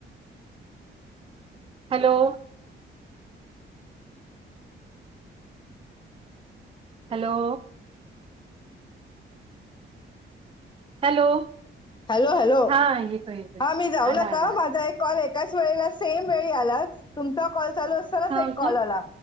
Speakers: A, on the right; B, on the left.
A: hello! Hello! Hello
B: hello hello
A: हा येतोय येतोय
B: हा मी जाऊ
A: आला
B: नका
A: आला आला.
B: माझा एक कॉल एकाच वेळेला सेम वेळी आला तुमचा कॉल चालू असतानाच
A: हा
B: एक कॉल
A: का
B: आला